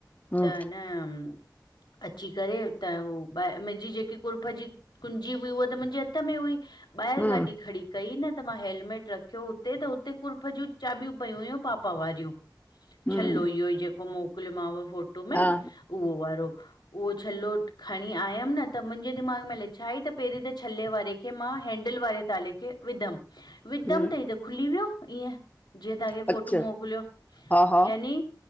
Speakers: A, on the left (about 20°); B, on the left (about 75°).
A: हम्म
B: त न अची करे, त उ ॿ मुंहिंजी जेकी कुर्फ जी कुंॼी हुई उह त मुंहिंजे हथ में हुई, ॿाहिरि
A: हम्म
B: गाॾी खड़ी कई न त मां हेलमेट रखियो हुते, त हुते कुर्फ जी चाबियूं पई हुयूं पापा वारियूं
A: हम्म
B: छल्लो इहो, जेको मोकिलियोमाव फोटो में
A: हा
B: उहो वारो, उहो छल्लो खणी आयमि न त मुंहिंजे दिमाग़ में ल छा ई त पहिरीं त छल्ले वारे खे मां हैंडल वारे ताले खे विधमि,
A: हम्म
B: विधमि त खुली वियो ईअं, जीअं तव्हांखे
A: अच्छा
B: फोटू मोकिलियो,
A: हा हा
B: यानी